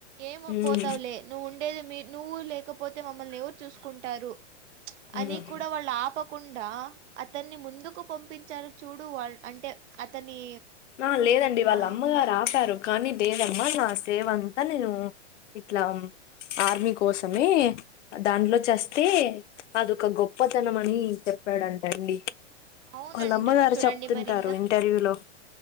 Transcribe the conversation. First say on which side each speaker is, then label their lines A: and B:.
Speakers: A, on the right; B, on the left.
A: ఏం
B: ఉమ్
A: పోతావులే నువ్వు ఉండేది మీ నువ్వు లేకపోతే మమ్మల్ని ఎవరు చూసుకుంటారు అని
B: ఉమ్
A: కూడా వాళ్ళు ఆపకుండా అతను అతన్ని ముందుకు పంపించారు చూడు వాళ్ళ అంటే అతని
B: ఆ లేదండి వాళ్ళ
A: ఆ
B: అమ్మగారు ఆపారు కానీ లేేవమ్మా నా సేవ అంతా నేను ఇట్లా ఆర్మీ కోసమే దాంట్లో చస్తే అదొక గొప్పతనం అని చెప్ చెప్పాడుంటండి
A: అవునండి
B: వాళ్ళమ్మగారు
A: చూడండి
B: చెప్తుంటారు
A: మరి ఇంకా
B: ఇంటర్వ్యూ లో